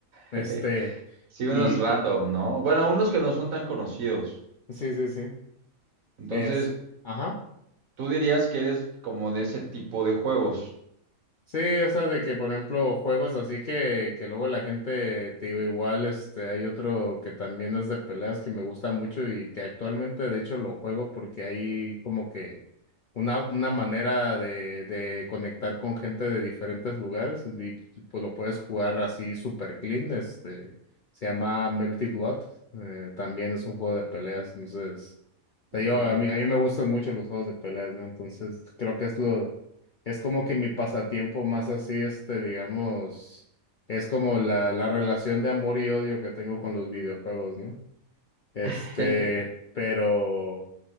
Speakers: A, on the left; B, on the right.
A: Este,
B: <laughs> Sí, unos
A: y
B: random, ¿no? Bueno, unos que no son tan conocidos.
A: sí, sí, sí.
B: Entonces,
A: Es, ajá.
B: tú dirías que eres como de ese tipo de juegos.
A: Sí, o sea, de que, por ejemplo, juegos así que, que luego la gente, te digo, igual, este, hay otro que también es de peleas que me gusta mucho y que actualmente, de hecho, lo juego porque hay como que una, una manera de, de conectar con gente de diferentes lugares y pues lo puedes jugar así super clean, este, se llama Melty Blood, eh, también es un juego de peleas, entonces, te
B: Ok.
A: digo, a mí, a mí me gustan mucho los juegos de peleas, ¿no? Entonces, creo que es lo... Es como que mi pasatiempo más así, este, digamos, es como la, la relación de amor y odio que tengo con los videojuegos, ¿no? Este,
B: <laughs>
A: pero